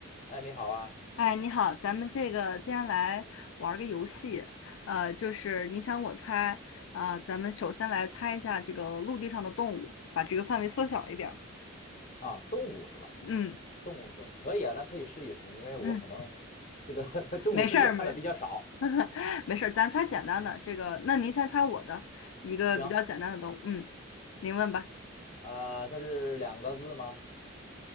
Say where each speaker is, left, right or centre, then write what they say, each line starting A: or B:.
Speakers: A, on the left; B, on the left.
A: 哎，你好啊！
B: 哎，你好，咱们这个接下来玩儿个游戏，呃，就是你想我猜，啊、咱们首先来猜一下这个陆地上的动物，把这个范围缩小一点儿。
A: 啊，动物是吧？
B: 嗯
A: 动物动物可以啊，那可以试一试，因为我可能
B: 嗯，
A: 这个 <laughs> 动物世界看的比较少。
B: 没事儿，没 <laughs> 没事儿，咱猜简单的。这个，那您先猜我的一个比较简单的动物。
A: 嗯，行，
B: 嗯，您问吧。
A: 呃，它是两个字吗？